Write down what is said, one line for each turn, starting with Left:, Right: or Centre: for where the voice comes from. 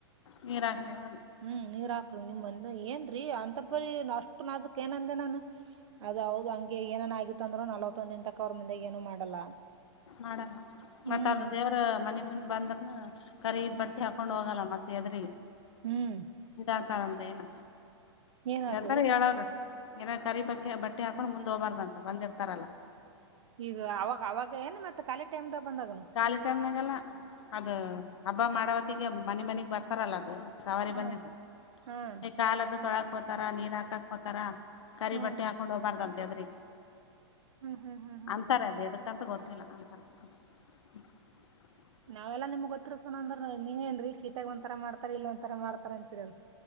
Left: ನೀರಾಕ್ಕನೆ ಅದು
Right: ಹ್ಮ್ ನೀರ್ ಹಾಕ್ರಿ ನಿಮ್ಂದ ಏನ್ರೀ ಅಂತಪ್ಪರಿ ಅಷ್ಟು ನಾಜುಕ್ ಏನಂದೆ ನಾನು ಅದ ಹೌದು ಹಂಗೆ ಏನನ್ ಆಗಿತ್ತು ಅಂದ್ರು ನಲ್ವತ್ತೊಂದ್ ದಿನ ತಕ ಅವ್ರ ಮುಂದೆ ಏನು ಮಾಡಲ್ಲ.
Left: ಮಾಡಣ
Right: ಹ್ಮ್
Left: ಮತ್ತ ಅ ಅದು ದೇವ ಮನೆ ಮುಂದ್ ಬಂದ್ರನ ಕರೀದ್ ಬಟ್ಟೆ ಹಾಕೊಂಡ್ ಹೋಗಲ್ಲ ಮತ್ತೆ ಎದ್ರಿಗೆ
Right: ಹ್ಮ್
Left: ಇದರಾತಾರಂತ ಏನ
Right: ಏನ್
Left: ಹೇಳ್ತಾರ
Right: ಆತದ್ರಿ
Left: ಹೇಳವ್ರ ಏನ ಕರಿ ಬಕ್ಕೆ ಬಟ್ಟೆ ಹಾಕೊಂಡು ಮುಂದ್ ಹೋಗಬಾರ್ದಂತ ಬಂದಿರ್ತಾರಲ್ಲಾ
Right: ಈಗ ಅವಾಗ ಅವಾಗ ಏನು ಮತ್ತೆ ಕಾಲಿ ಟೈಮ್ ದಾಗ್ ಬಂದಾಗ
Left: ಖಾಲಿ ಟೈಮ್ನಾಗಲ್ಲ ಅದು ಹಬ್ಬ ಮಾಡವತ್ತಗೆ ಮನಿ ಮನಿಗ್ ಬರ್ತ ತರಲ್ಲ ಅದು ಸವಾರಿ
Right: ಹ್ಮ್
Left: ಬಂದಿದ್ದು
Right: ಹ್ಮ್
Left: ಈ ಕಾಲದು ತೊಳಕ್ ಹೋತಾರ ನೀರ್ ಹಾಕಕ್ ಹೋತಾರ. ಕರಿ
Right: ಹ್ಮ್
Left: ಬಟ್ಟೆ ಹಾಕೊಂಡು ಹೋಗ್ಬಾರ್ದಂತೆ ಅದ್ರಿ
Right: ಹ್ಮ್ ಹ್ಮ್ ಹ್ಮ್ ಹ್ಮ್
Left: ಅಂತಾರೆ
Right: ಹ್ಮ್ ಹ್ಮ್
Left: ಅದ <unintelligible> ಗೊತ್ತಿಲ್ಲ ಅಂತಾರ <unintelligible>
Right: ನಾವೆಲ್ಲಾ ನಿಮ್ಗ್ ತ್ತರ್ ಪ ಅಂದ್ರ ನೀವೇನ್ರೀ ಸೀಟಾಗ ಒಂರ ಮಾಡ್ತಾರ ಇಲ್ಲ ಒಂಥರ ಮಾಡ್ತಾರ ಅಂತಿರಲ್ಲ.